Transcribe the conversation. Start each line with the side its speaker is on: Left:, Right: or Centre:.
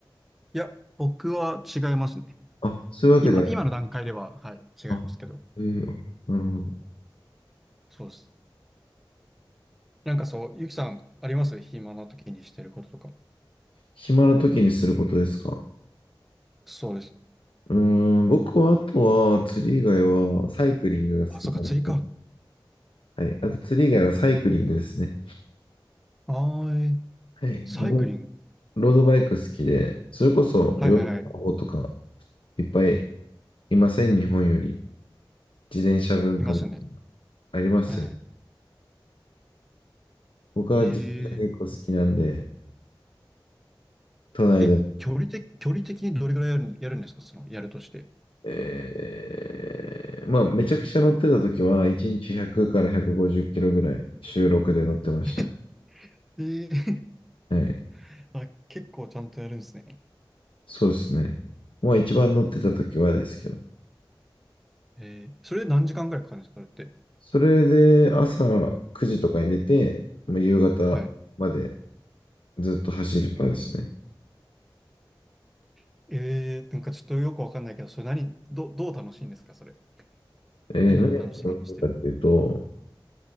Centre: いや、僕は違いますね。
Left: あ、そういうわけではない。
Centre: 今、今の段階では、はい、違いますけど。
Left: あ、えー、あ、なるほど。
Centre: そうです。なんかそう、ゆきさん、あります暇な時にしてることとか。
Left: 暇な時にすることですか
Centre: そうです。
Left: うーん、僕は、あとは、釣り以外は、サイクリングが好きなので、
Centre: あ、そっか、釣りか。
Left: はい。あと、釣り以外はサイクリングですね。
Centre: あー、えー
Left: はい。
Centre: サイクリング。
Left: ロロードバイク好きで、それこそ、
Centre: はいはいはい。
Left: ヨーロッパの方とか、いっぱいいません、日本より。自転車文化
Centre: いますね。
Left: ありますよね。
Centre: はい
Left: 僕は自転車結構好きなんで、
Centre: えー、
Left: 都内で。
Centre: え、距離的、距離的にどれぐらいやる、やるんですかその、やるとして。
Left: えー、まあ、めちゃくちゃ乗ってた時は、1日100から150キロぐらい、週録で乗ってました。
Centre: <laughs> えー、
Left: はい。
Centre: <laughs> あ、結構ちゃんとやるんですね。
Left: そうですね。まあ、一番乗ってた時はですけど。
Centre: えー、それで何時間ぐらいかかるんですかそれって。
Left: それで、朝9時とかに出て、まあ、夕方まで
Centre: はい。
Left: ずっと走るパーですね。
Centre: <laughs> えー、なんかちょっとよくわかんないけど、それ何、ど、どう楽しいんですかそれ。
Left: えー、
Centre: 何を楽しみにしてる
Left: 何が楽しいかっていうと、